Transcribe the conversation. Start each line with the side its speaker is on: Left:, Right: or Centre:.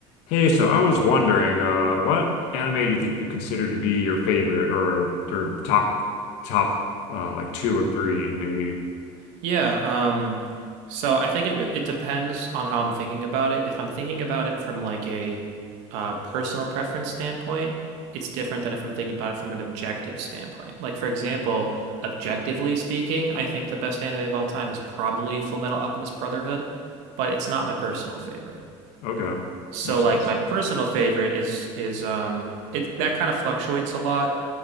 Left: Hey, so I was wondering, uh, what anime do you think you consider to be your favorite or your top top uh, like two or three maybe?
Right: Yeah, um, so I think it re it depends on how I'm thinking about it. If I'm thinking about it from like a uh, personal preference standpoint, it's different than if I'm thinking about it from an objective standpoint. Like for example, objectively speaking, I think the best anime of all time is probably Full Metal Alchemist Brotherhood, but it's not my personal favorite.
Left: Okay,
Right: So
Left: makes sense.
Right: like my personal favorite is is um it that kind of fluctuates a lot,